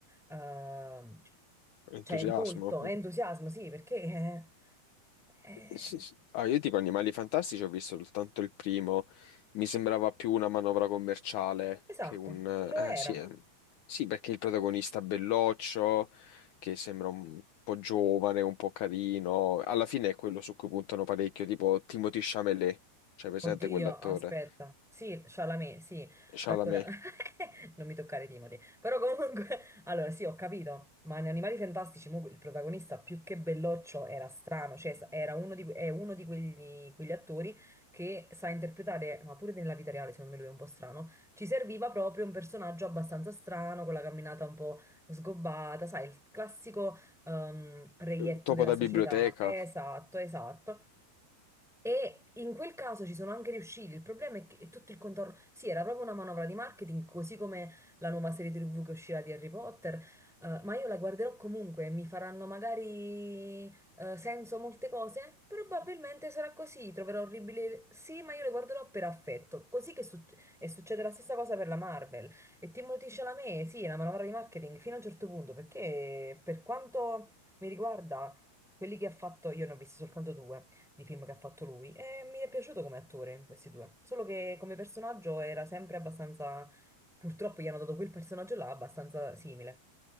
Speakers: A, in the centre; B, on the left (about 75°).
A: ehm,
B: entusiasmo.
A: cioè, molto entusiasmo, sì, perché... eh, eh,
B: Sì, sì. Ah, io tipo Animali Fantastici ho visto soltanto il primo, mi sembrava più una manovra commerciale
A: esatto,
B: che un...
A: lo
B: eh,
A: era.
B: sì, eh, sì, perché il protagonista belloccio, che sembra un po' giovane, un po' carino, alla fine è quello su cui puntano parecchio, tipo Timothée Chalamet, cioè presente
A: Oddio,
B: quell'attore?
A: aspetta. Sì, Chalamet, sì. Allora,
B: Chalamet,
A: <laughs> non mi toccare Timothy. Però comunque, <laughs> allora sì, ho capito, ma in Animali Fantastici mo, il protagonista più che belloccio era strano, cioè sa- era uno di, que- è uno di quelli, quegli attori che sa interpretare, ma pure nella vita reale, secondo me lui è un po' strano, ci serviva proprio un personaggio abbastanza strano, con la camminata un po' sgobbata, sai, il classico ehm, reietto
B: Eh, Topo
A: della
B: da
A: società.
B: biblioteca.
A: Esatto, esatto. E in quel caso ci sono anche riusciti. Il problema è che è tutto il contorno. Sì, era proprio una manovra di marketing, così come la nuova serie TV che uscirà di Harry Potter. eh, ma io la guarderò comunque, mi faranno magari eh, senso molte cose. Probabilmente sarà così. Troverò orribile. Sì, ma io le guarderò per affetto. Così che suc- e succede la stessa cosa per la Marvel. E Timothée Chalamet, sì, è una manovra di marketing fino a un certo punto, perché per quanto mi riguarda, quelli che ha fatto, io ne ho visti soltanto due di film che ha fatto lui e mi è piaciuto come attore, questi due. Solo che come personaggio era sempre abbastanza, purtroppo gli hanno dato quel personaggio là abbastanza simile.